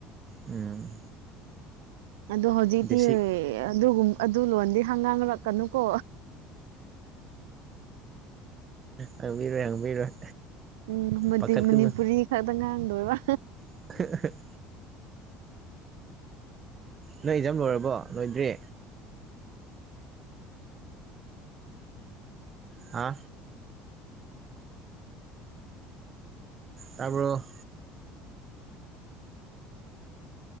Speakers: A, on the right; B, on the right.
A: ꯎꯝ
B: ꯑꯗꯣ ꯍꯧꯖꯤꯛꯇꯤ
A: ꯕꯦꯁꯤꯛ
B: ꯑꯗꯨꯒꯨꯝ ꯑꯗꯨ ꯂꯣꯟꯗꯤ ꯍꯪ ꯉꯥꯡꯔꯛꯀꯅꯨ ꯀꯣ
A: ꯍꯪꯕꯤꯔꯣꯏ ꯍꯪꯕꯤꯔꯣꯏ
B: ꯎꯝ ꯃꯗꯤ
A: ꯄꯥꯈꯠꯀꯅꯨ
B: ꯃꯅꯤꯄꯨꯔꯤ ꯈꯛꯇ ꯉꯥꯡꯗꯣꯏꯕ
A: <unintelligible> ꯅꯣꯏ ꯑꯦꯛꯖꯥꯝ ꯂꯣꯏꯔꯕ꯭ꯔꯣ ꯂꯣꯏꯗ꯭ꯔꯤ ꯍꯥ ꯇꯥꯕ꯭ꯔꯣ